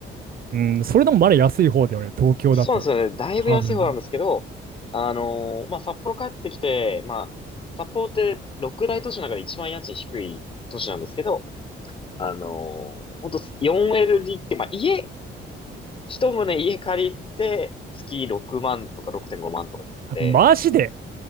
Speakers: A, on the right; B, on the left.
A: うん。うん、それでもまだ安い方だよね、東京だと。
B: そうなんですよね。だいぶ安い方なんですけど、
A: 多分。
B: あのーまあ、札幌帰ってきて、まあ、札幌って六大都市の中で一番家賃低い都市なんですけど、あのー、ほんと 4LD って、まあ、家、一棟家借りて、月6万とか6.5万とかなって、
A: マジで